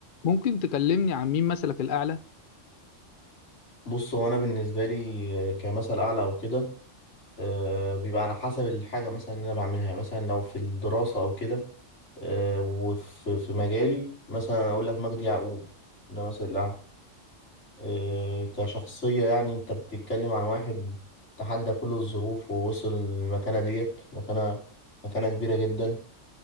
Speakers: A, on the left; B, on the left.
A: ممكن تكلمني عن مين مثلك الأعلى؟
B: بص هو انا بالنسبه لي كمثل اعلى او كده آه، بيبقى على حسب الحاجه مثلا اللي انا بعملها يعني مثلا لو في الدراسه او كده آه، وفي في مجالي مثلا اقول لك مجدي يعقوب ده مثل اعلى آه، كشخصيه يعني انت بتتكلم عن واحد تحدى كل الظروف ووصل للمكانه ديت مكانه مكانه كبيره جدا